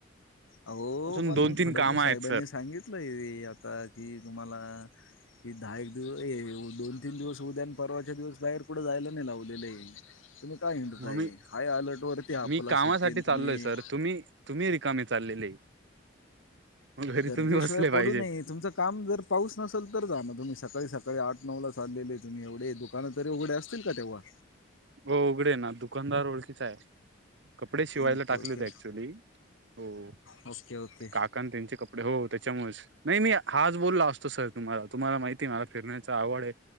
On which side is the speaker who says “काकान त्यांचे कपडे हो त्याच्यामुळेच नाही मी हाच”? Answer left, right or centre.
Right